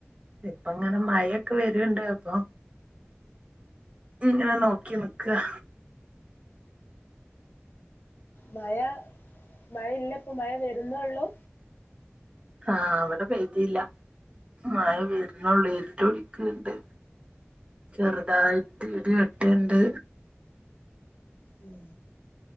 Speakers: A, on the right; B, on the left.
A: ഇപ്പം അങ്ങനെ മഴയൊക്കെ വര്ണ്ട് അപ്പൊ ഇങ്ങനെ നോക്കി നിക്കാ
B: മഴ മഴ ഇല്ലിപ്പോ മഴ വെ <unintelligible> ഉള്ളൂ
A: ആഹ് ഇവിടെ പെയ്തീല്ല മഴ വരുന്നുള്ള് ഇരിട്ട് പിടിക്കുണ്ട് ചെറുതായിട്ട്
B: ഉം
A: ഇടി വെട്ടുണ്ട്
B: ഉം